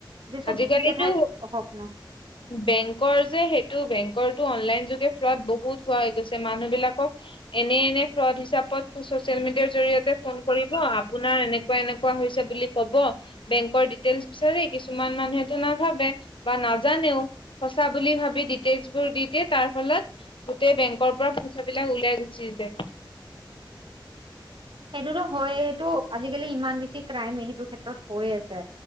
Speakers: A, on the right; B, on the left.
A: যে চব
B: আজিকালিটো
A: ঠিকে ঠাক হওক ন
B: বেংকৰ যে সেইটো বেংকটো অনলাইন যোগে ফ্ৰড বহুত হোৱা হৈ গৈছে মানুহবিলাকক এনে এনে ফ্ৰড হিচাপত চচিয়েল মিডিয়াৰ জৰিয়তে ফোন কৰিব আপোনাৰ এনেকুৱা এনেকুৱা হৈছে বুলি হ'ব বেংকৰ ডিটেইলচ বিচাৰি কিছুমান মানুহেটো নাভাবে বা নাজানেও সঁচা বুলি ভাবি ডিটেইলছ বোৰ দি দিয়ে তাৰ ফলত গোটেই বেংকৰ পৰা পইচা বিলাক ওলাই গুছি যায়।
A: সেইটোতো হয়েই, সেইটো আজিকালি ইমান বেছি ক্ৰাইম সেইটো ক্ষেত্ৰত হৈ আছে।